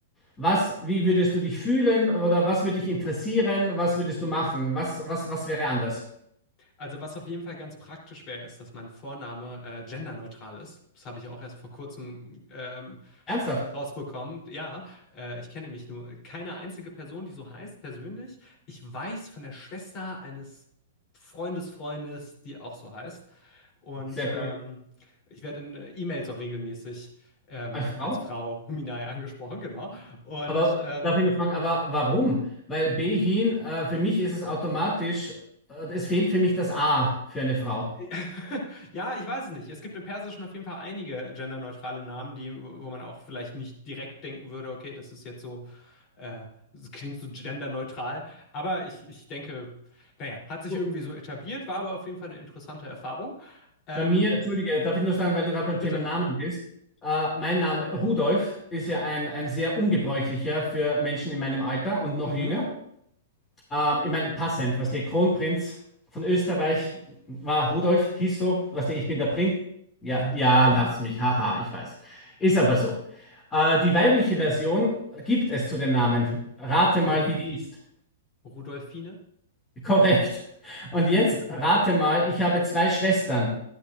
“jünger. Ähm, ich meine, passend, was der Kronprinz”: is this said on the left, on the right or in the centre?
Left